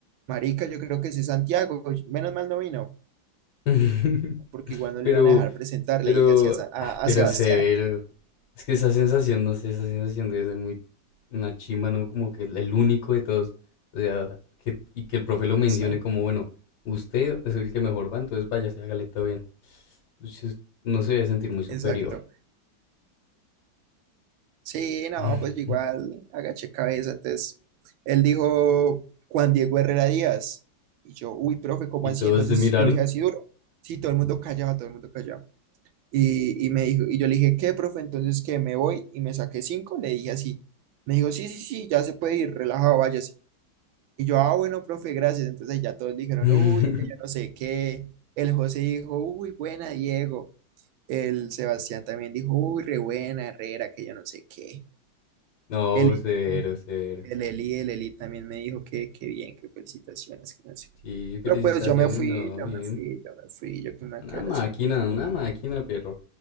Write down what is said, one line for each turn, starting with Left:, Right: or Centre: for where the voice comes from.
Right: marica, yo creo que sí es Santiago, menos mal no vino,
Left: <laughs>
Right: porque igual no
Left: Pero,
Right: le iban a dejar presentar,
Left: Pero,
Right: le dije así a, Sa- a-
Left: ah,
Right: a
Left: pero
Right: Sebastián.
Left: severo. Es que esa sensación, no sé, esa sensación debe ser muy una chimba, ¿no? Como que el, el único de todos. O sea, que, y que el profe lo mencione
Right: Exacto,
Left: como, bueno, usted es el que mejor va, entonces váyase, hágale todo bien. Uy, se- No se debe sentir muy superior.
Right: exacto. Sí, no,
Left: <laughs>
Right: pues yo igual agaché cabeza, entonces él dijo Juan Diego Herrera Díaz, y yo, uy, profe, ¿cómo
Left: Y todos
Right: así? Entonces
Left: se miraron.
Right: yo le dije así duro, sí, todo el mundo callado, todo el mundo callado. Y, y me dijo, y yo le dije, ¿qué, profe? Entonces que me voy y me saqué cinco, le dije así. Me dijo, sí, sí, sí, ya se puede ir, relajado, vaya, sí". Y yo, ah, bueno, profe, gracias. Entonces ya todos dijeron,
Left: <laughs>
Right: uy, que yo no sé qué. El José dijo, uy, buena, Diego. El Sebastián también dijo, uy, re buena, Herrera, que yo no sé qué.
Left: No,
Right: El,
Left: severo,
Right: Eli-
Left: severo.
Right: el Eli, el Eli también me dijo que, que bien, que felicitaciones, que no sé qué.
Left: Sí, felicitaciones,
Right: Pero pues yo me fui,
Left: no,
Right: yo
Left: bien.
Right: me fui, yo me fui, yo que me voy
Left: Una
Right: a quedar
Left: máquina,
Right: así.
Left: una máquina, pero